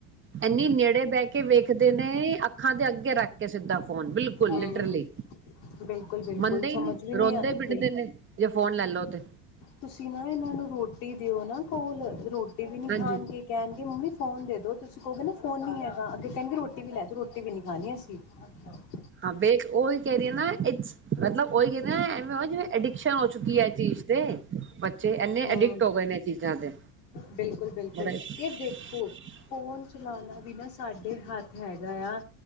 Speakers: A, on the right; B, on the left.
A: ਐਨੀ ਨੇੜੇ ਬਹਿ ਕੇ ਵੇਖਦੇ ਨੇ ਅੱਖਾਂ ਦੇ ਅੱਗੇ ਕੇ ਰੱਖ ਕੇ ਸਿੱਧਾ ਫੋਨ ਬਿਲਕੁਲ
B: ਹਮ,
A: ਲਿਟਰਲੀ
B: ਬਿਲਕੁਲ-ਬਿਲਕੁਲ
A: ਮੰਨਦੇ ਹੀ
B: ਸਮਝ
A: ਨੀ
B: ਵੀ ਨਹੀ
A: ਰੋਂਦੇ
B: ਆਂਦੇ
A: ਪਿੱਟਦੇ ਨੇ ਜੇ ਫੋਨ ਲੈ ਲਓ ਤੇ
B: ਤੁਸੀਂ ਨਾ ਇਹਨਾਂ ਨੂੰ ਰੋਟੀ ਦਿਓ ਨਾ ਸਕੂਲ ਰੂਟ ਵੀ ਨਹੀਂ
A: ਹਾਂਜੀ-ਹਾਂਜੀ
B: ਖਾਣਗੇ ਕਹਿਣਗੇ ਮੰਮੀ ਫੋਨ ਦੇ ਦੋ ਤੁਸੀਂ ਕਹੋਗੇ ਨਾ ਫੋਨ ਨਹੀਂ ਹੈਗਾ ਅੱਗੇ ਕਹਿਣਗੇ ਰੋਟੀ ਵੀ ਲੈ ਜੋ, ਰੋਟੀ ਵੀ ਨਹੀਂ ਖਾਣੀ ਅਸੀਂ ਅੱਛਾ
A: ਹਾਂ ਵੇਖ ਉਹੀ ਕਹਿ ਰਹੀ ਹਾਂ ਇਟ੍ਸ ਮਤਲਬ ਉਹੀ ਕਹਿੰਦੇ ਐਨਾਂ ਵਿਚ ਆਈਡੀਕਸ਼ਨ ਹੋ ਚੁੱਕੀ ਐ ਚੀਜ਼ ਤੇ ਬੱਚੇ ਇਨੇ
B: ਹੂੰ
A: ਅਡਿਕਟ ਹੋ ਗਏ ਨੇ ਚੀਜ਼ਾਂ ਦੇ
B: ਬਿਲਕੁਲ ਬਿਲਕੁਲ
A: ਬੜਾ ਹੀ <unintelligible>
B: ਯਾਰ ਦੇਖੋ ਫੋਨ ਚਲਾਨਾ ਵੀ ਨਾ ਸਾਡੇ ਹੱਥ ਹੈਗਾ ਆ